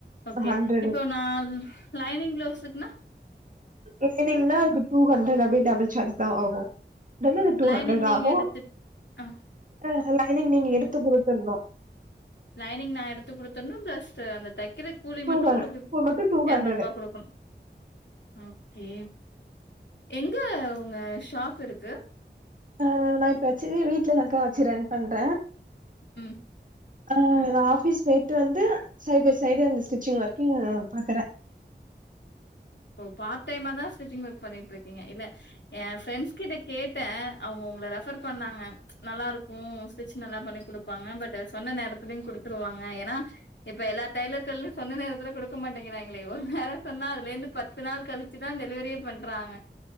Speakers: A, on the left; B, on the right.
A: ஓகே
B: ஹண்ட்ரடு
A: இப்போ நா லைனிங் ப்ளெவுஸுக்னா
B: லைனீங்னா அதுக்கு டூ ஹண்ட்ரட் அப்டியே டபுள் சார்ஜ் தா ஆகு டன்னது டூ
A: லைனிங்
B: ஹண்ட்ரட்
A: நீங்க
B: ஆகு
A: எடுத்து ஆ
B: ஆ லைனிங் நீங்க எடுத்து குடுத்துர்ணு
A: லைனிங் நா எடுத்து குடுத்துர்ணு பிளஸ்டு அந்த தெக்கிற கூலி
B: டூ
A: மட்டு
B: ஹ
A: உங்களுக்கு
B: அது மட்டு டூ
A: எர்நூற்பா
B: ஹண்ட்ரடு
A: குடுக்கணு ஓகே எங்க உங்க ஷாப் இருக்கு
B: ஆ நா இப்ப வச்சதே வீட்லதாங்க்கா வச்சி ரன் பண்ற
A: ம்
B: ஆ நா ஆஃபீஸ் பேயிட்டு வந்து சைட் பை சைடு அந்த ஸ்டிச்சிங் ஒர்க்கிங் பாக்கறே
A: ஓ பார்ட் டைமா தா ஸ்டிச்சிங் ஒர்க் பண்ணிகிட்ருக்கீங்க இல்ல ஏ ஃப்ரண்ட்ஸ் கிட்ட கேட்டே அவுங்க உங்கள ரெஃபர் பண்ணாங்க நல்லா இருக்கூ ஸ்டிச் நல்லாப் பண்ணி குடுப்பாங்க பட்டு சொன்ன நேரத்துலயு குடுத்துருவாங்க ஏனா இப்ப எல்லா டெய்லர்கடைலியு சொந்த நேரத்துலக் குடுக்க மாட்டேங்கராய்ங்களே ஒரு நேரொ சொன்னா அதுலேந்து பத்து நாள் கழிச்சுதா டெலிவரியே பண்றாங்க